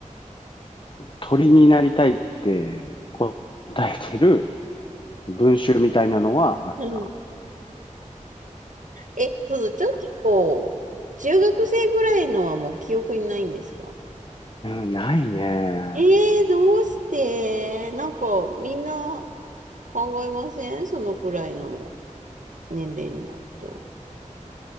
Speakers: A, on the left (about 40°); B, on the right (about 75°).
A: 鳥になりたいって答えてる文集みたいなのはあった。
B: うん。え、そうちょっとこう、中学生ぐらいのはもう記憶にないんですか
A: うん、ないね。
B: ええー、どうしてなんか、みんな考えませんそのくらいの年齢になると。